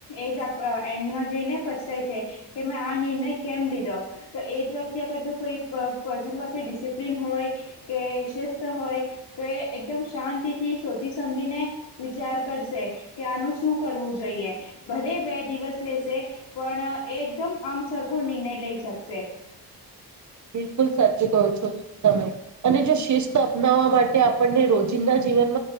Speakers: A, on the left; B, on the right.
A: એ જ એન્ડમાં જઈને પછતાય છે કે મેં આ નિર્ણય કેમ લીધો તો એજ વખતે આગ જો કોઈ પર્સન ડિસિપ્લિન હોય કે શસ્થ હોય તો એ એકદમ શાંતિ થી સોચી સમજીને વિચાર કરશે કે આનું શું કરવું જોઈએ ભલે બે દિવસ લેશે પણ એકદમ આમ સરખો નિર્ણય લઈ શકશે
B: બિલકુલ સાચ કહો છો તમે અને જો શિસ્ત અપનાવવા માટે આપણને રોજિંદા જીવન